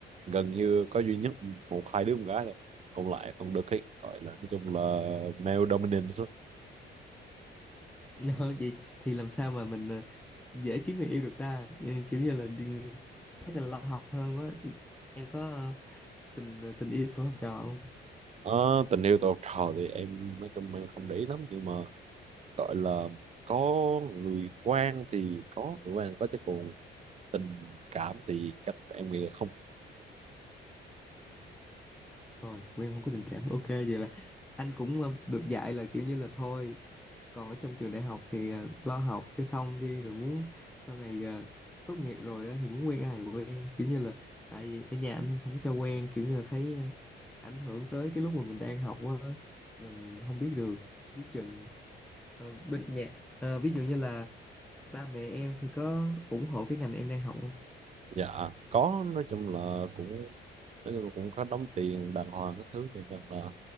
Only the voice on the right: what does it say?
gần như có duy nhất một hai đứa con gái thôi Còn lại toàn được cái gọi là nói chung là male dominance á.
Ờ, tình yêu tuổi học trò thì em nói chung em không để ý lắm nhưng mà gọi là có người quan thì có người quan có chứ còn tình cảm thì chắc em nghĩ là không
dạ có nói chung là cũng nói chung là cũng có đóng tiền đàng hoàng cái thứ này nên là